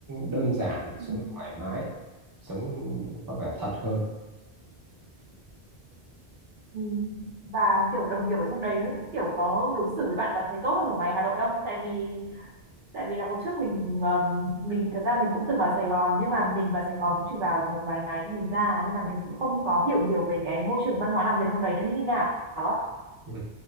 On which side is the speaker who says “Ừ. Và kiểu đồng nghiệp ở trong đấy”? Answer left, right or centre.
Right